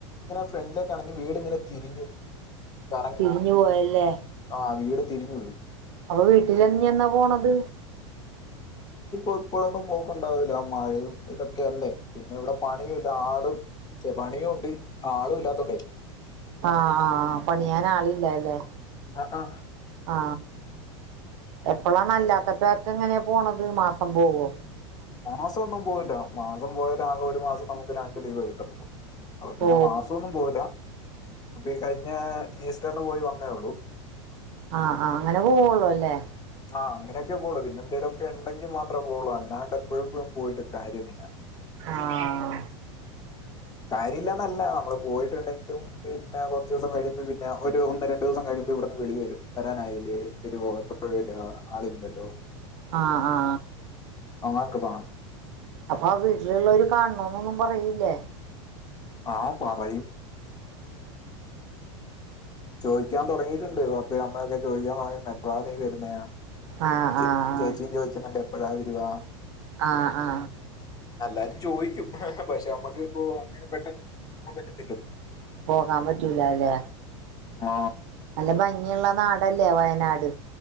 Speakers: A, on the left (about 25°); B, on the right (about 70°).
A: ഫ്രണ്ടിലേക്ക് ആണെങ്കി വീട് ഇങ്ങനെ തിരിഞ്ഞു കറങ്ങി
B: തിരിഞ്ഞുപോയല്ലേ
A: ആ വീട് തിരിഞ്ഞു പോയി
B: അപ്പം വീട്ടിൽ ഇഞ്ഞ് എന്നാ പോണത്
A: എപ്പഴൊന്നും പോക്ക് ഒണ്ടാവില്ല മഴേം ഇതൊക്കെ അല്ലേ പിന്നെ ഇവിടെ പണിം ഇല്ല ആളും ഛെ പണിയുംണ്ട് ആളും ഇല്ലാതോണ്ടേ
B: ആ ആ ആ പണിയാൻ ആളില്ലാലെ
A: എ എ
B: ആ എപ്പളാണ് അല്ലാത്തപ്പം എ എങ്ങനെ പോണത് മാസം പോകൊ
A: മാസം ഒന്നും പോകില്ല മാസം പോയ ആകെ ഒരു മാസം നമുക്ക് രണ്ട് ലീവെ കിട്ടത്തൊള്ളൂ അപ്പ പിന്നെ
B: ഓ
A: മാസം ഒന്നും പോവില്ല ഇപ്പ കഴിഞ്ഞ ഈസ്റ്ററിന് പോയി വന്നേ ഒള്ളൂ
B: ആ ആ അങ്ങനെ പോവുള്ളുലെ
A: ആ അങ്ങനോക്കെ പോകുവൊള്ളൂ പിന്നെ എന്തേലും ഒക്കെ ഉണ്ടങ്കി മാത്രമേ പോവൊള്ളൂ അല്ലാണ്ട് എപ്പളും എപ്പളും പോയിട്ട് കാര്യമില്ല
B: ആ
A: കാര്യല്ലാനല്ല നമ്മള് പോയിട്ടുണ്ടെങ്കിലും പിന്നെ കൊറച്ച് ദിവസം കഴിയുമ്പം പിന്നെ ഒര് ഒന്ന് രണ്ട് ദിവസം കഴിയുമ്പം ഇവ്ട്ന്ന് വിളിവരും വരാനായില്ലേ വരുവോ എപ്പഴാവരുവാ ആളില്ലല്ലോ
B: ആ ആ
A: <unintelligible>
B: അപ്പ ആ വീട്ടില് ള്ളര് കാണണം ഒന്നും പറയില്ലേ
A: ആ പറയും ചോയിക്കാൻ തൊടങ്ങിട്ടോണ്ട് പാപ്പേം അമ്മേം ഒക്കെ ചോയിക്കാൻ തൊടങ്ങിട്ടോണ്ട് എപ്പളാ നീ വരുന്നെന്ന്
B: ആഹ്
A: ച്ച്
B: ആഹ്
A: ചേച്ചിം ചോയിച്ച മറ്റേ എപ്പഴാ വരുവാ
B: ആ ആ
A: എല്ലാരും ചോയ്ക്കും പക്ഷെ നമ്മക്കിപ്പോ അങ്ങനെ പെട്ടന്ന് നടക്കത്തില്ലല്ലോ
B: പോകാം പറ്റൂല ലേ
A: ആ
B: നല്ല ഭംഗിയുള്ള നാടല്ലേ ല്ലേ വയനാട്